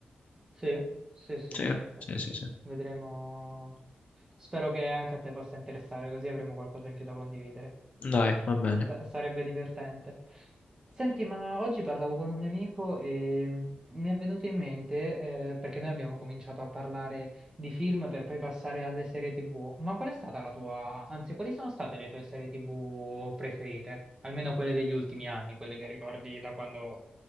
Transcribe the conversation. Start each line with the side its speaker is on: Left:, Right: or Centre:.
Right: Sì, sì, sì,
Left: Sì,
Right: certo.
Left: sì, sì, sì.
Right: Vedremo. Spero che anche a te possa interessare, così avremo qualcosa in più da condividere.
Left: Dai, va bene.
Right: Sa- sarebbe divertente. Senti, ma oggi parlavo con un mio amico e mi è venuto in mente, eh, perché noi abbiamo cominciato a parlare di film per poi passare alle serie TV. Ma qual è stata la tua, anzi, quali sono state le tue serie TV preferite? Almeno quelle degli ultimi anni, quelle che ricordi da quando